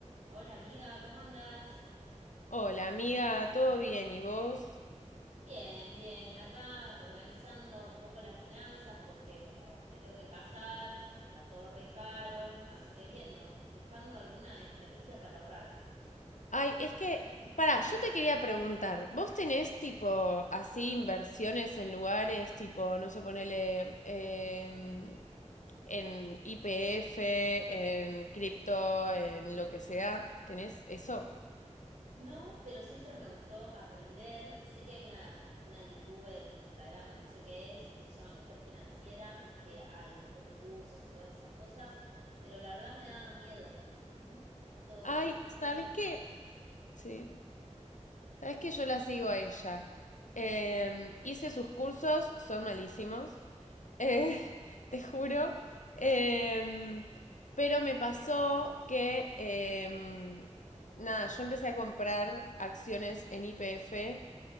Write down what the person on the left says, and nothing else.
Hola, amiga, ¿todo bien? ¿Y vos?
Ay, es que, pará, yo te quería preguntar, ¿vos tenés tipo así inversiones en lugares tipo, no sé, ponele em, en IPF, en cripto, en lo que sea? ¿Tenés eso?
Ay,
¿sabes
qué? Sí, ¿sabes qué? Yo la sigo a ella. Em, hice sus cursos, son malísimos. eh, <laughs> te juro. Em, pero me pasó que, em, nada, yo empecé a comprar acciones en YPF